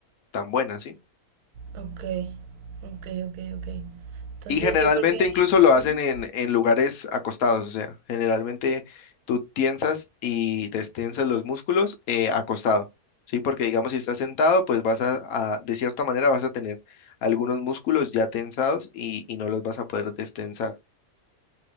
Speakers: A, on the left (about 70°); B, on the right (about 85°).
A: tan buena, ¿sí?
B: Ok, ok, ok, ok. Entonces
A: Y generalmente
B: yo creo que...
A: incluso lo hacen
B: Ujú.
A: en, en lugares acostados, o sea, generalmente tú tiensas y destensas los músculos eh, acostado, ¿sí? Porque digamos si estás sentado, pues vas a, a- de cierta manera vas a tener algunos músculos ya tensados y, y no los vas a poder destensar.